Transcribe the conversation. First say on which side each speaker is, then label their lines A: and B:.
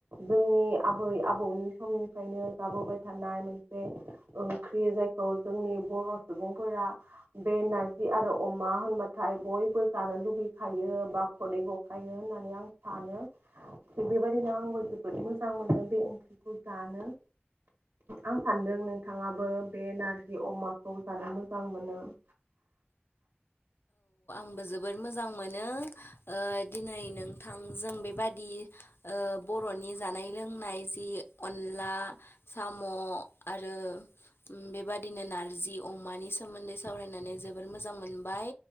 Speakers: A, on the right; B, on the left.
A: जोंनि आबै आबौनि समनिफ्रायनो जाबोबाय थानाय मोनसे से ओंख्रि जायखौ जोंनि बर' सुबुंफोरा बे नारजि आरो अमा होनबाथाय बयबो जानो लुबैखायो बा खदै गखायो होननानै आं सानो। थिग बेबादिनो आंबो जोबोद मोजां मोनो बे ओंख्रिखौ जानो। आं सान्दों नोंथाङाबो बे नारजि अमाखौ जानो मोजां मोनो। <inaudible> <inaudible>
B: बो जोबोर मोजां मोनो ओ दिनै नोंथां जों बेबादि ओ बर'नि जानाय लोंनाय जि अनला साम' आरो बेबादिनो नार्जि अमानि सोमोन्दै सावरायनानै जोबोर मोजां मोनबाय।